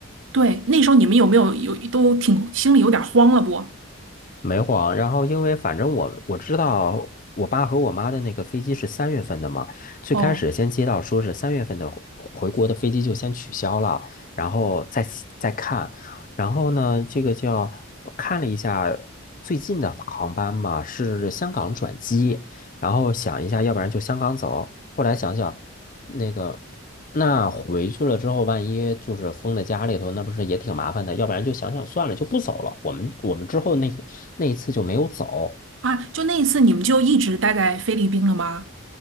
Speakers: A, on the right; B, on the left.
A: 对，那时候你们有没有有都挺心里有点慌了不？
B: 没晃，然后因为反正我我知道我爸和我妈的那个飞机是三月份的嘛，最开始先接到说是三月份的回回国的飞机就先取消了，
A: 哦，
B: 然后再再看，然后呢，这个叫我看了一下最近的航班嘛，是香港转机，然后想一下，要不然就香港走，后来想想那个。那回去了之后，万一就是封在家里头，那不是也挺麻烦的？要不然就想想算了，就不走了。我们我们之后那那一次就没有走，
A: 啊，就那一次你们就一直待在菲律宾了吗？